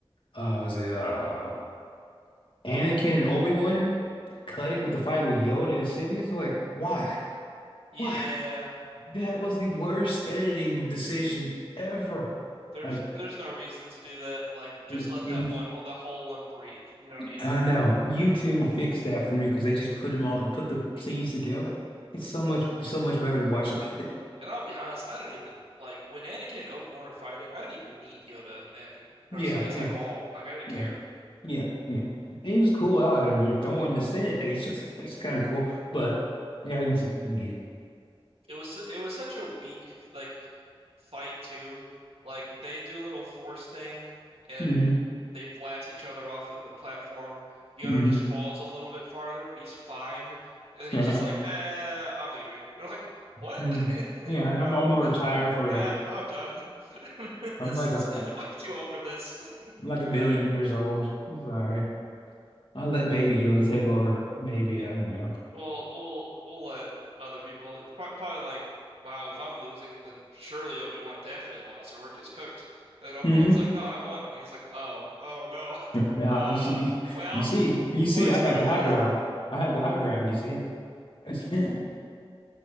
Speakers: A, on the left; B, on the right.
A: uh was it uh Anakin and Obi-Wan, cut it with the fight with Yoda and Sidious. Like why?
B: Yeah.
A: Why? That was the worst editing decision ever.
B: There's
A: Like
B: there's no reason to do that. Like just
A: in,
B: let
A: in
B: that one whole that whole one breathe. You don't need
A: I
B: it.
A: know YouTube fixed that for me because they just put them all put the scenes together. It's so much so much better to watch it like that.
B: And I'll be honest, I don't even like when Anakin and Obi-Wan are fighting, I didn't even need Yoda and Darth
A: Yeah,
B: Sidious
A: yeah,
B: at all. Like I didn't
A: yeah,
B: care.
A: yeah, yeah. And he was cool out there. They're throwing the Senate at each other. <laughs> That's kind of cool. But yeah, I didn't see it. I need it.
B: It was it was such a weak like fight too. Like they do a little force thing and
A: Mm-hmm.
B: it, they blast each other off of the platform. Yoda
A: Mm-hmm.
B: just falls a little bit farther, but he's fine. And
A: Mm-hmm.
B: he's just like, "Eh, I'm leaving." <laughs> You're like, "What?"
A: hmm
B: <laughs>
A: Yeah, I'm,
B: Bro.
A: I'm gonna retire forever.
B: Ah, I'm done. <laughs>
A: I'm
B: This
A: like
B: is
A: a
B: I'm too old for this. <laughs>
A: I'm like
B: Get
A: a million
B: me out of here.
A: years old. It's all right. I'll let Baby Yoda take over. Maybe
B: Yeah.
A: I don't know.
B: We'll we'll we'll let other people it's prob- probably like, wow, if I'm losing, then surely Obi-Wan definitely lost, or we're just cooked. And then Obi-Wan's
A: Mm-hmm.
B: like, no, I won. And he's like, oh, oh no.
A: Yeah, yeah,
B: Uh,
A: I see.
B: well,
A: You see,
B: <laughs>
A: you see,
B: funny
A: I
B: story,
A: had the
B: buddy.
A: high ground. I had the high ground. You see, <laughs> see,